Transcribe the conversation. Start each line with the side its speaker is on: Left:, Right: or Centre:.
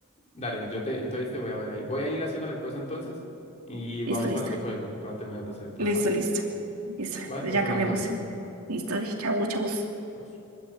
Left: Dale, yo te, entonces te voy a ver ahí. Voy a ir haciendo la encuesta entonces y vamos
Right: Listo, listo.
Left: hablando por el grupo para terminar de hacer el plan,
Right: Listo,
Left: ¿va?
Right: listo. Listo. Entonces
Left: Va, entonces
Right: ya
Left: hablamos
Right: cambiamos.
Left: ahorita.
Right: Listo, chau, chau.
Left: Chao.